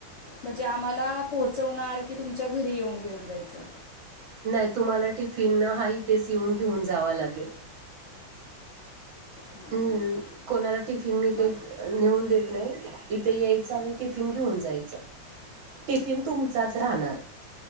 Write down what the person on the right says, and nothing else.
नाही तुम्हाला टिफिन हा तेच येऊन घेऊन जावा लागेल
हम्म
कोणाला टिफिन मी
का नेऊन देत नाही इथे यायचं आणि टिफिन टिफिन घेऊन जायच टिफिन तुमचाच राहणार